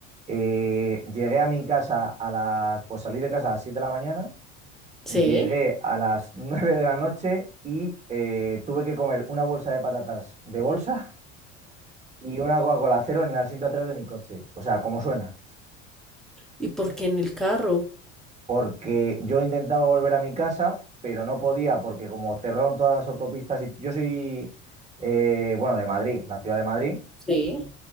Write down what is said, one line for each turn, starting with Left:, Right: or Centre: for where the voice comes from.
Right: Eh, llegué a mi casa a las, pues salí de casa a las 7 de la mañana, llegué
Centre: Sí.
Right: a las <laughs> 9 de la noche y eh, tuve que comer una bolsa de patatas de bolsa y una Coca-Cola cero en la cinta atrás de mi coche. O sea, como suena.
Centre: ¿Y por qué en el carro?
Right: Porque yo intentaba volver a mi casa, pero no podía porque como cerraron todas las autopistas y yo soy, eh, bueno, de Madrid, la ciudad de Madrid,
Centre: Sí.